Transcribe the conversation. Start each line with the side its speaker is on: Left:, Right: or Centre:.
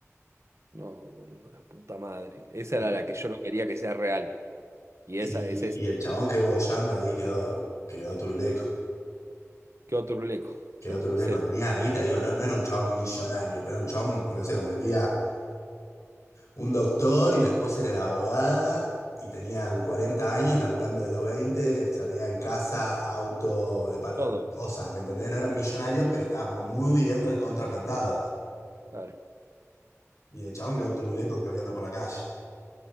Right: No, boludo, la puta madre. Esa
Left: Sí.
Right: era la que yo no quería que sea real. Y
Left: Y,
Right: esa es esa.
Left: y el chabón quedó boyando ahí, quedó, quedó turuleco.
Right: Quedó turuleco.
Left: Quedó
Right: Sí,
Left: turuleco.
Right: se le-
Left: Tenía ahí, te digo, no, no era un chabón millonario, pero era un chabón, pues no sé, como que tenía un doctor y la esposa era abogada y tenían 40 años laburando de los 20 ya tenían casa, auto, depar-
Right: todo.
Left: cosas, ¿me entendés?
Right: Sí,
Left: No eran millonarios, pero estaban muy bien recontraplantados.
Right: Claro.
Left: Y el chabón quedó turuleco caminando por la calle,